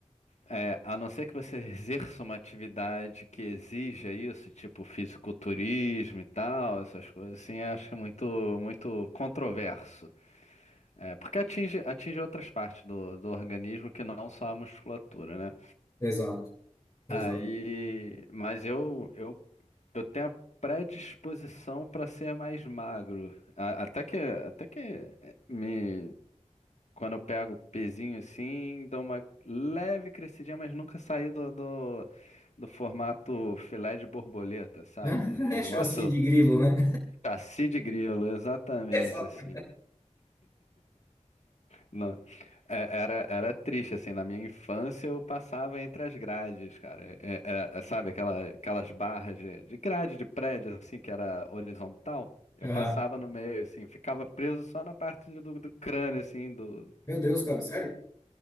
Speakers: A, on the left (about 65°); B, on the left (about 30°).
A: É, a não ser que você <laughs> exerça uma atividade que exija isso, tipo fisiculturismo e tal, essas coisas assim, eu acho muito, muito controverso. É, porque atinge, atinge outras partes do, do organismo que não só a musculatura, né?
B: Exato, exato.
A: Aí, mas eu, eu, eu tenho a predisposição para ser mais magro. A- até que, até que me, quando eu pego o pezinho assim, dou uma leve crescidinha, mas nunca saí do, do, do formato filé de borboleta, sabe?
B: <laughs>
A: Um
B: É
A: negócio
B: chassi de grilo, né?
A: cacio de grilo, exatamente
B: <laughs> Exato.
A: assim. Não, é- era, era triste, assim, na minha infância eu passava entre as grades, cara. É- é- é, sabe aquela, aquelas barras de, de grade de prédio, assim, que era horizontal? Eu
B: Aham.
A: passava no meio, assim, ficava preso só na parte do, do crânio, assim, do,
B: Meu Deus, cara, sério?